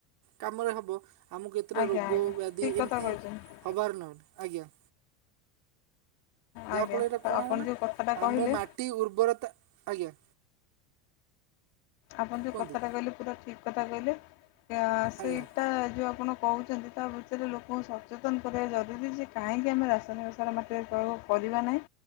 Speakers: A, on the right (about 50°); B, on the left (about 60°).
A: କାମରେ ହବ ଆମକୁ ଏତେଟା
B: ଆଜ୍ଞା
A: ରୋଗ
B: ଆଜ୍ଞା
A: ବ୍ୟାଧି
B: ଠିକ୍ କଥା
A: ଏମିତି
B: କହିଛନ୍ତି
A: ହବାର ନାହିଁ ଆଜ୍ଞା। ଯାହାଫଳରେ
B: ଆଜ୍ଞା
A: କଣ
B: ଆପଣ
A: ହବନା
B: ଯେଉଁ କଥାଟା
A: ଆମ
B: କହିଲେ
A: ମାଟି ଉର୍ବରତା ଆଜ୍ଞା।
B: ଆପଣ ଯେଉଁ
A: କୁହନ୍ତୁ
B: କଥାଟା କହିଲେ ପୁରା ଠିକ୍ କଥା କହିଲେ ଯା ସେଇ
A: ଆଜ୍ଞା
B: ତା ଯୁ ଆପଣ କହୁଛନ୍ତି ତା ଭିତରେ ଲୋକଙ୍କୁ ସଚେତନ କରିବା ଜରୁରୀ ଯେ କାହିଁକି ଆମେ ରାସାୟନିକ ସାର ମା ସେ ସବୁ କରିବା ନାହିଁ।